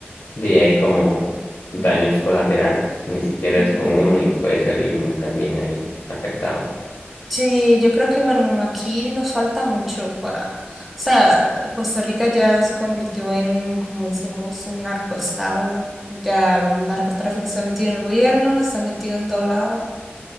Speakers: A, on the left (about 80°); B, in the centre.
A: de ahí como daños colaterales, ni siquiera
B: mm.
A: es con uno y puede salir uno también ahí afectado.
B: Sí, yo creo que bueno, aquí nos falta mucho para, o sea, Costa Rica ya se convirtió en un, como decimos, un narcoestado. Ya el narcotráfico está metido en el gobierno, está metido en todo lado